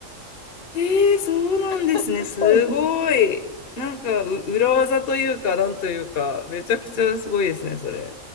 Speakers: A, on the left; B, on the left.
A: ええそうなんですね。
B: <laughs> そうなん
A: すごい。なんか、う、裏技というか、なんというか、めちゃくちゃすごいですね、それ。